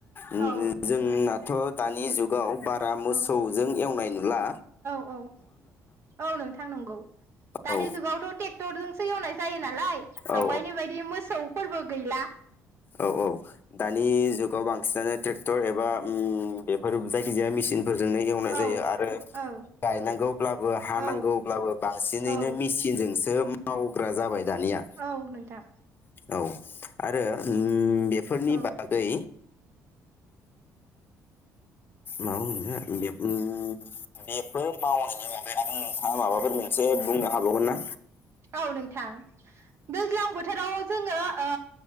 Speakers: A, on the left; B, on the right.
A: ओम
B: औ
A: जोंना थ दानि जुगाव बारा मोसौजों
B: औ
A: एवनाय नु ला
B: औ औ नोंथां नंगौ दानि
A: औ
B: जुगावथ ट्रेक्टरजोंसो एवनाय जायो नालाय
A: औ
B: आवगायनि बायदि मोसौफोरबो गैला
A: औ औ दानि जुगाव बांसिनानो ट्रेक्टर एबा ओम बेफोर जायखिजाया मेसिन फोरजोंनो एवनाय जायो
B: औ
A: आरो
B: औ
A: गायनांगौब्लाबो हानांगौब्लाबो
B: औ
A: बांसिनैनो
B: औ
A: मेसिनजोंसो म मावग्रा जाबाय दानिया
B: औ नोंथां
A: औ आरो ओम बेफोरनि
B: औ
A: बागै मावनो बेब-बेबफोर मावनायनि अनगायोबो नोंथांङा माबाफोर बुंनो हाबावगोनन ना?
B: औ नोंथां दैज्लां बोथोराव जोङो ओ